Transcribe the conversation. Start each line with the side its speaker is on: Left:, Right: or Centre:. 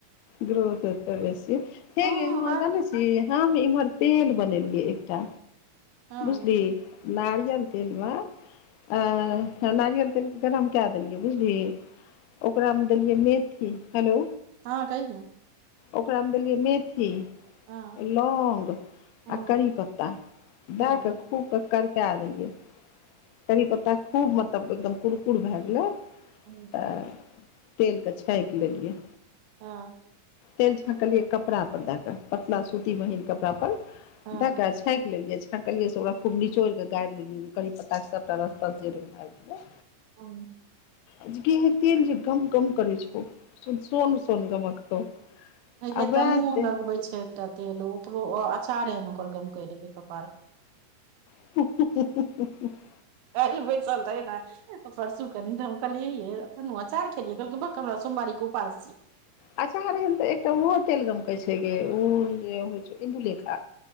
Left: ग्रोथ हेतै बेसी हे
Right: हँ
Left: गे एगो बात जानै छीही हम इम्हर तेल बनेलियै एकटा
Right: हँ
Left: बुझली नारियल तेलमे आ नारियल तेल के गरम कए देलियै बुझलिही ओकरा मे देलियै मेथी हेलो
Right: हँ कहि न
Left: ओकरामे देलियै मेथी आ
Right: हँ
Left: लौंग आ
Right: हँ
Left: करी पत्ता
Right: हँ
Left: दए कऽ खूब के कड़कै देलियै करि पत्ता खूब मतलब एकदम कुरकुर भए गेलै
Right: हूंम्म
Left: तऽ तेलके छाँयक लेलियै
Right: हँ
Left: तेल छाँकलियै कपड़ा पर दए कऽ पतला सूती महीन कपड़ा पर
Right: हँ
Left: द के
Right: हँ
Left: आ छाँकि लेलियै छाँकलियै से ओकरा खूब निचोड़ कऽ गारि लेलियै जे कहलियै पत्ता के सबटा रस तस जे रहै भे गेेलै
Right: हूंम्म
Left: आजे गे उ तेल जे गम गम करै छौ सोन सोन गमकतौ
Right: हे
Left: आ
Right: गे
Left: वएह
Right: तनुओं
Left: तेल
Right: लगबै छै एकटा तेल ओकरो अ अँचार एहन ओकर गमकै रहै कपार
Left: <unintelligible>
Right: काल्हि बैसल रहै न आ परसू कनि तऽ हम कलियै आँय ये तनु अँचार खेलियै तऽ कहलकै बक्क हमरा सोमवारीके उपास छी
Left: अँचार एहन तऽ एकटा उहो तेल गमकै छै गे ओ जे होइ छौ इंदुलेखा